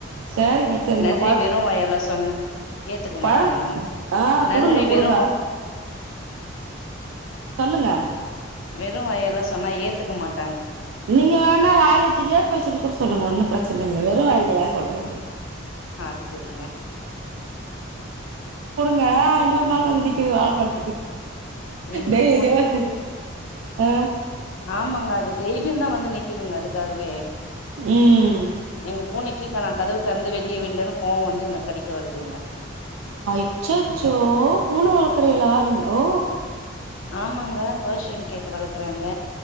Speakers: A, on the right; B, on the left.
A: சேரிங்க செரிங்க
B: நன்றி வெறு வாயாலா சொன்னா ஏத்துக்க மாட்டாங்கங்க
A: பழோ ஆ
B: நன்றி
A: குடுங்க
B: வெறு
A: குடுங்க சொல்லுங்க
B: வெறு வாயால சொன்னா ஏத்துக்க மாட்
A: நீங்க வேணா வாய்ல ஜிலேப்பி வெச்சினு கூட சொல்லுங்க ஒன்னு ப்ரெச்சன இல்ல வெறு வாய்ல யா சொல்றீங்க
B: அது செரிங்க
A: தா இன்னொர் நாள் வந்து நிக்கிது வாழப்பழத்துக்கு
B: எங்க
A: டெய்லியு
B: பூனைக்கி
A: வந்து ஆ
B: ஆமாங்க அது டெய்லியுந்தா வந்து நிக்குதுங்க அதுக்காகவே
A: ம்
B: எங் பூனைக்கி சோ நா கதவு தெறந்து வெளிய விட்லனு கோவ் வந்து என்ன கடிக்க வருதுங்க
A: அய்ச்சச்சோ பூன வளக்கறீலா நீங் ஓ
B: ஆமாங்க பேர்ஷியன் கேட்டு வளக்குறேங்க